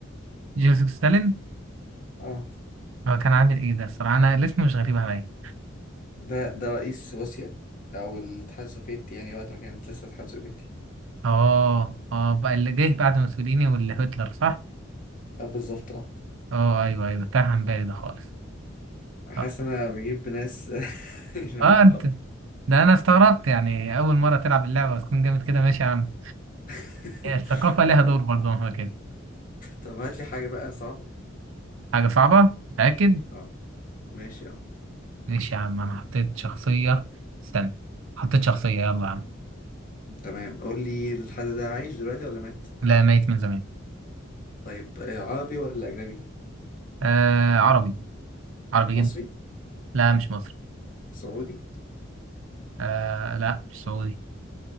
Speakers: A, on the right (about 75°); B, on the left (about 45°).
A: جوزيف ستالين
B: اه
A: هو كان عامل ايه ده الصراحة انا الاسم مش غريب عليا
B: ده ده رئيس روسيا او الاتحاد السوفيتي يعني وقت ما كانت لسه الاتحاد السوفيتي
A: اه اه بقى اللي جه بعد موسوليني واللي هتلر صح
B: آه بالظبط اه
A: اه ايوه ايوه تاه عن بالي ده خالص
B: حاسس
A: اه
B: ان انا بجيب ناس <laughs> مش معقدة
A: آه، انت ده انا استغربت يعني اول مرة تلعب اللعبة وتكون جامد كده ماشي يا عم
B: <laughs>
A: الثقافة لها
B: طب
A: دور برضه مهما كان
B: طب هات لي حاجة بقى صعبة
A: حاجة صعبة متأكد
B: اه ماشي اه
A: ماشي يا عم انا حطيت شخصية استنى حطيت شخصية يلا يا عم
B: تمام قول لي الحد ده عايش دلوقتي ولا مات
A: لا ميت من زمان
B: طيب آه عربي ولا اجنبي
A: آه عربي عربي
B: مصري
A: لا مش مصري
B: سعودي
A: آه لا مش سعودي